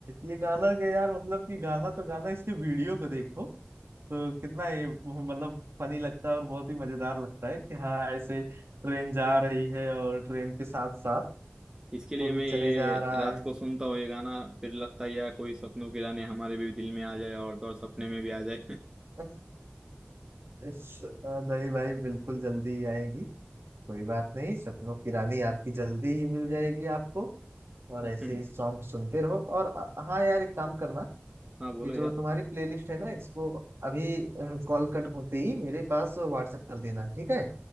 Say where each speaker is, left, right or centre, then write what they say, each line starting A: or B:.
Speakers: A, on the right; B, on the right.
A: ये गाना के यार मतलब कि गाना तो गाना इसके वीडियो को देखो तो कितना ये मतलब फनी लगता है और बहुत ही मजेदार लगता है कि हाँ ऐसे ट्रेन जा रही है और ट्रेन के साथ साथ
B: इसके लिए
A: वो भी
B: मैं
A: चले
B: ये
A: जा रहा
B: रात
A: है
B: को सुनता हूँ ये गाना फिर लगता है यार कोई सपनों के गाने हमारे भी दिल में आ जाए और तो और सपने में भी आ जाए
A: <laughs> इस- अ, नहीं भाई बिल्कुल जल्दी ही आएगी कोई बात नहीं सपनों की रानी आपकी जल्दी ही मिल जाएगी आपको और
B: <laughs>
A: ऐसे ही सॉन्ग सुनते रहो और अ, हाँ यार एक काम करना
B: हाँ बोलो
A: ये जो
B: यार
A: तुम्हारी प्लेलिस्ट है ना इसको अभी कॉल कट होते ही मेरे पास व्हाट्सएप कर देना ठीक है